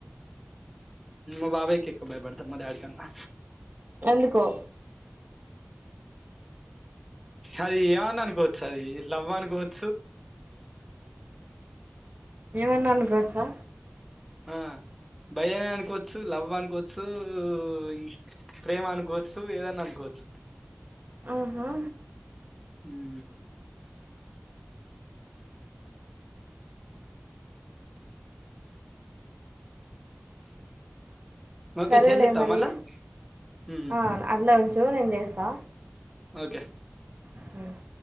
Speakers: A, in the centre; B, on the right.
A: మా బాబాయికి ఎక్కువ భయపడతా మా డాడీ కన్నా
B: ఎందుకో
A: అది ఏమన్నా అనుకోవచ్చు అది లవ్ అనుకోవచ్
B: ఏమైన్నా అనుకోవచ్చా
A: ఆ భయమే అనుకోవచ్చు, లవ్ అనుకోవచ్చు, ఈ ప్రేమ అనుకోవచ్చు, ఏదన్నా అనుకోవ చ్చు.
B: ఆహా!
A: హుమ్ ఓకే
B: సరేలే
A: చేసేస్తావా
B: మరి
A: మళ్ళా ఉమ్,
B: ఆ అట్లా ఉంచ్ ఉండు నేన్ చేస్తా.
A: ఓకే
B: హ్మ్